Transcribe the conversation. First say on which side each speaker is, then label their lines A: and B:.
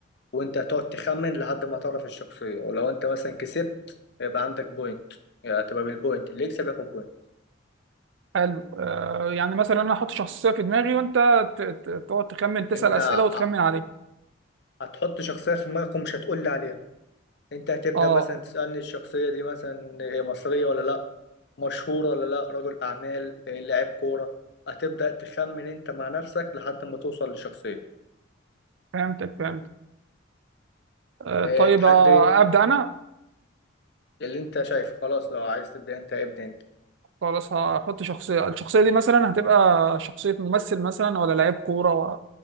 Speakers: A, on the left; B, on the right.
A: وانت هتقعد تخمن لحد ما تعرف الشخصيه ولو انت مثلا كسبت يبقى عندك بوينت يعني هتبقى بالبوينت اللي يكسب ياخد بوينت
B: حلو آه يعني مثلا انا احط شخصيه في دماغي وانت ت- ت- تقعد تخمن تسال
A: انت
B: اسئله وتخمن
A: ع-
B: عليه
A: هتحط شخصيه في دماغك ومش هتقول لي عليها انت هتبدا
B: اه
A: مثلا تسالني الشخصيه دي مثلا إيه، مصريه ولا لا مشهور ولا لا رجل أعمال آه، لاعب كورة هتبدأ تخمن أنت مع نفسك لحد ما توصل لشخصية
B: فهمتك فهمت آه
A: آه،
B: طيب
A: تحب
B: آه،
A: أنت
B: ابدا انا
A: اللي أنت شايفه خلاص لو عايز تبدأ أنت ابدأ أنت
B: خلاص هحط شخصيه الشخصيه دي مثلا هتبقى شخصيه ممثل مثلا ولا لعيب كوره و...